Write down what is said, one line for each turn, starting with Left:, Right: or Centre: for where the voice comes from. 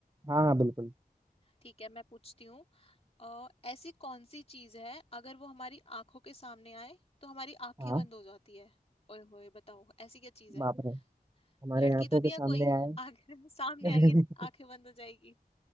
Right: हाँ हाँ बिल्कुल
Left: ठीक है मैं पूछती हूँ अ, ऐसी कौन सी चीज है अगर वो हमारी आंखों के सामने आए तो हमारी आंखें
Right: हाँ
Left: बंद हो जाती है ओए होए बताओ ऐसी क्या चीज है
Right: बाप रे हमारे
Left: लड़की
Right: आंखों
Left: तो नहीं
Right: के सामने
Left: है कोई
Right: आए
Left: आंखें <laughs> सामने
Right: <laughs>
Left: आएगी आंखें बंद हो जाएगी